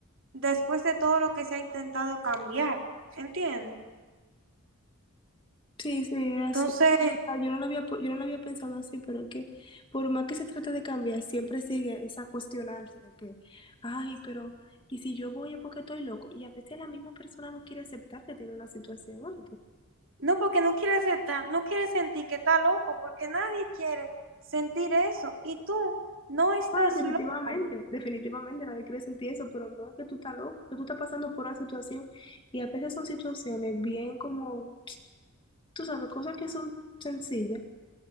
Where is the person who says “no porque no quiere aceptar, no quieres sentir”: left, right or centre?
Right